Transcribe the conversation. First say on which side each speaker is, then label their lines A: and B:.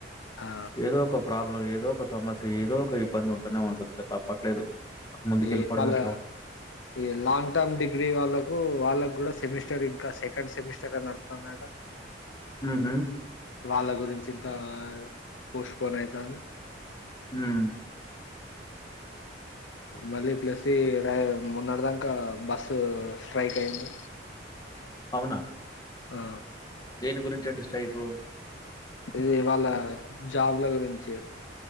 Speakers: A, on the left; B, on the left.
A: ఆ!
B: ఏదో ఒక ప్రాబ్లం ఏదో ఏదో ఒక సమస్య ఏదో ఒక ఇబ్బంది ఉంటనే ఉంటుంది తప్పట్లేదు ముందుకెళ్ళిపోవడం
A: ఈ మళ్ళ
B: ఎట్లా?
A: ఈ లాంగ్ టర్మ్ డిగ్రీ వాళ్ళకు వాళ్ళ కూడా సెమిస్టర్ ఇంకా సెకండ్ సెమిస్టరే నడుతాందట
B: ఉహు
A: వాళ్ళ గురించి ఇంత పోస్ట్పోన్ అయితాంది
B: ఉహ్
A: మళ్ళీ ప్లసీ రై మున్నడదాంక బస్సు స్ట్రైక్ అయింది
B: అవునా
A: ఆ
B: దేని గురించి అంటే స్ట్రైకు
A: ఇది వాళ్ళ జాబ్ల గురించి